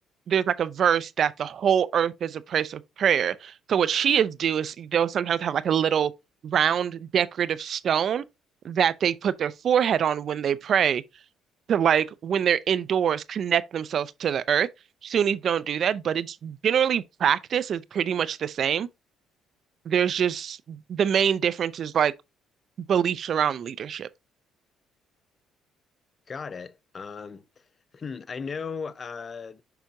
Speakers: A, on the right; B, on the left.
A: there's like a verse that the whole earth is a place of prayer. So what Shias do is they'll sometimes have like a little round decorative stone that they put their forehead on when they pray to like when they're indoors connect themselves to the earth. Sunnis don't do that, but it's generally practice is pretty much the same. There's just the main difference is like beliefs around leadership.
B: Got it. Um, hmm, I know uh,